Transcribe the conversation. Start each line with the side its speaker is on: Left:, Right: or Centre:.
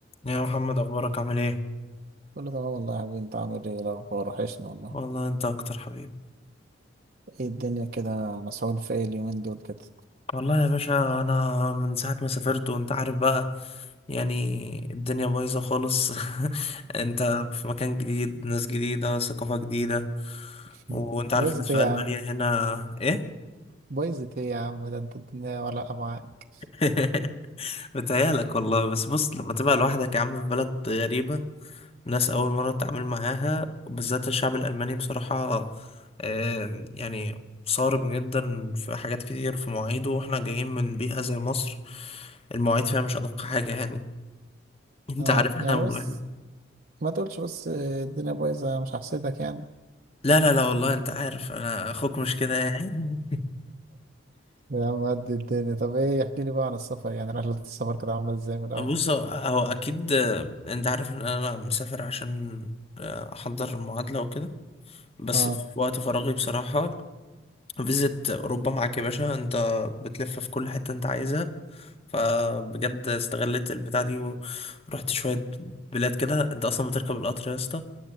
Left: يا محمد اخبارك عامل ايه
Right: كله تمام والله يا حبيبي انت عامل ايه إيه الاخبار وحشني والله
Left: والله انت اكتر حبيبي
Right: ايه الدنيا كده مسحول في ايه اليومين دول كده
Left: والله يا باشا انا من ساعه ما سافرت وانت عارف بقى يعني الدنيا بايظه خالص <laughs> انت في مكان جديد ناس جديده ثقافه جديده
Right: <laughs>
Left: وانت عارف
Right: بايظت
Left: الناس في
Right: ايه يا
Left: المانيا
Right: عم
Left: هنا ايه
Right: بايظت ايه يا عم ده انت الدنيا ولا معاك
Left: <laughs> بتهيألك والله بس بص لما تبقى لوحدك يا عم في بلد غريبه ناس أول مرة أتعامل معاها وبالذات الشعب الألماني بصراحة آم، يعني صارم جدا في حاجات كتير في مواعيده واحنا جايين من بيئة زي مصر المواعيد فيها مش أدق حاجة يعني انت
Right: اه
Left: عارف احنا
Right: يعني
Left: م...
Right: بس ما تقولش بس الدنيا بايظه انا مش هحسدك يعني
Left: لا لا لا والله
Right: <laughs>
Left: انت عارف انا اخوك مش كده يعني
Right: يا عم قد الدنيا طب ايه احكي لي بقى عن السفر يعني رحله السفر كانت عامله ازاي من الاول
Left: <laughs> بص هو هو اكيد آه، انت عارف ان انا مسافر عشان آه، احضر المعادلة وكده بس
Right: اه
Left: في وقت فراغي بصراحة فيزيت أوروبا معاك يا باشا أنت بتلف في كل حتة أنت عايزها فبجد استغلت البتاع دي ورحت شوية بلاد كده انت اصلا بتركب القطر يا اسطى